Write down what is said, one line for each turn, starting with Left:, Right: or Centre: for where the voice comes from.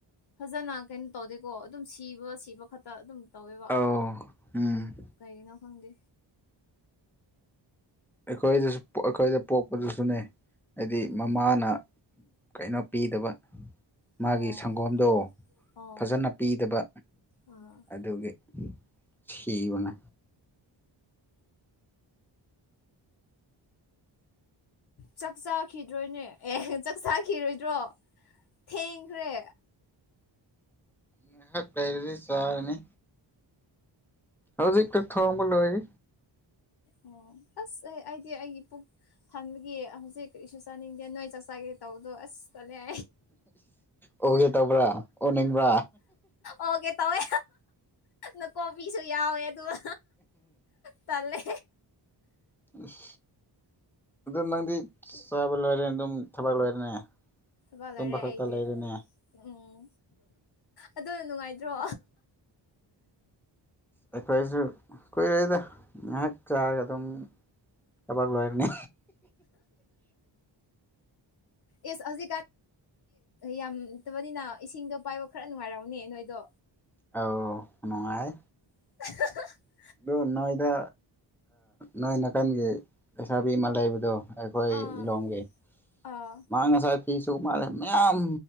Left: ꯐꯖꯅ ꯀꯩꯅꯣ ꯇꯧꯗꯦꯀꯣ ꯑꯗꯨꯝ ꯁꯤꯕ ꯁꯤꯕ ꯈꯛꯇ ꯑꯗꯨꯝ ꯇꯧꯋꯦꯕ
Centre: ꯑꯧ ꯎꯝ
Left: ꯀꯩꯒꯤꯅꯣ ꯈꯪꯗꯦ
Centre: ꯑꯩꯈꯣꯏꯗꯁꯨ ꯑꯩꯈꯣꯏꯗ ꯄꯣꯛꯄꯗꯨꯁꯨꯅꯦ ꯍꯥꯏꯗꯤ
Left: ꯎꯝ
Centre: ꯃꯃꯥꯅ ꯀꯩꯅꯣ ꯄꯤꯗꯕ ꯃꯥꯒꯤ
Left: ꯑꯣ
Centre: ꯁꯪꯒꯣꯝꯗꯣ
Left: ꯑꯣ
Centre: ꯐꯖꯅ ꯄꯤꯗꯕ
Left: ꯑꯥ
Centre: ꯑꯗꯨꯒꯤ ꯁꯤꯅ
Left: ꯆꯥꯛ ꯆꯥꯈꯤꯗ꯭ꯔꯣꯏꯅꯦ ꯑꯦ ꯆꯥꯛ ꯆꯥꯈꯤꯔꯣꯏꯗ꯭ꯔꯣ ꯊꯦꯡꯈ꯭ꯔꯦ
Centre: ꯉꯍꯥꯛ ꯂꯩꯔꯗꯤ ꯆꯔꯥꯅꯤ ꯍꯧꯖꯤꯛꯛꯇ ꯊꯣꯡꯕ ꯂꯣꯦ
Left: ꯑꯣ ꯑꯁ ꯑꯩ ꯑꯩꯗꯤ ꯑꯩꯒꯤ ꯊꯟꯕꯒꯤ ꯍꯧꯖꯤꯛ ꯏꯁꯨ ꯆꯥꯅꯤꯡꯗꯦ ꯅꯣꯏ ꯆꯥꯛ ꯆꯥꯒꯦ ꯇꯧꯕꯗꯣ ꯑꯁ ꯀ
Centre: ꯑꯣꯒꯦ ꯇꯧꯕ꯭ꯔꯥ ꯑꯣꯅꯤꯡꯕ꯭ꯔꯥ
Left: ꯑꯣꯀꯦ ꯇꯋꯦ ꯅ ꯀꯣꯄꯤꯁꯨ ꯌꯥꯎꯋꯦ ꯑꯗꯨꯒ ꯇꯜꯂꯦ
Centre: ꯑ <unintelligible> <inaudible> ꯑꯗꯨꯝ ꯅꯪꯗꯤ ꯆꯥꯕ ꯂꯣꯏꯔꯦ ꯑꯗꯨꯝ ꯊꯕꯛ ꯂꯣꯏꯔꯦꯅꯦ
Left: ꯐꯂꯔꯦ
Centre: ꯇꯨꯝꯕ ꯈꯛꯇ
Left: ꯑꯩꯗꯤ
Centre: ꯂꯩꯔꯦꯅꯦ
Left: ꯎꯝ ꯑꯗꯨꯅ ꯅꯨꯡꯉꯥꯏꯇ꯭ꯔꯣ
Centre: ꯑꯩꯈꯣꯏꯁꯨ ꯀꯨꯏꯔꯩꯗ ꯉꯥꯏꯍꯥꯛ ꯆꯥꯔꯒ ꯑꯗꯨꯝ ꯀꯕꯥꯛ ꯂꯣꯏꯅꯤ
Left: ꯏꯁ ꯍꯧꯖꯤꯛ ꯀꯟ ꯌꯥꯝꯗꯕꯅꯤꯅ ꯏꯁꯤꯡꯗꯣ ꯄꯥꯏꯕ ꯈꯔ ꯅꯨꯡꯉꯥꯏꯔꯥꯎꯅꯦ ꯅꯣꯏꯗꯣ
Centre: ꯑꯥꯎ ꯅꯨꯡꯉꯥꯏ
Left: <unintelligible> <inaudible>
Centre: ꯑꯗꯣ ꯅꯣꯏꯗ ꯅꯣꯏ ꯅꯥꯀꯥꯟꯒꯤ ꯄꯩꯁꯥꯕꯤ ꯏ ꯑꯃꯥ ꯂꯩꯕꯗꯣ ꯑꯩꯈꯣꯏ
Left: ꯑꯥ
Centre: ꯂꯤꯂꯣꯡꯝꯒꯤ ꯑ
Left: ꯑꯥ
Centre: ꯃꯥ ꯉꯁꯥꯏ ꯐꯤꯁꯨ ꯃꯥꯜꯂꯦ ꯃꯌꯥꯝ